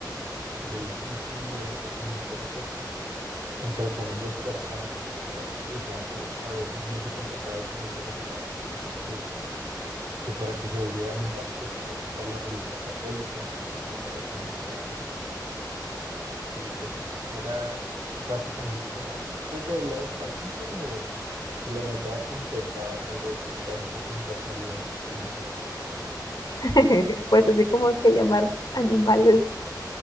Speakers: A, on the right; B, on the left.
A: de difícil de, de convencer a estas, entre comillas, personas, pues, porque a veces decían que a veces no se comportaban como seres humanos, entonces que, que para que se volvieran humanos tenían que aceptar la religión católica, entonces que esa era su misión Y pues sí, era básicamente como un poco del lado español, pero se le notaba que intentaba tal vez dar un poco de imparcialidad en sus comentarios.
B: <laughs> Pues así como que llamar animales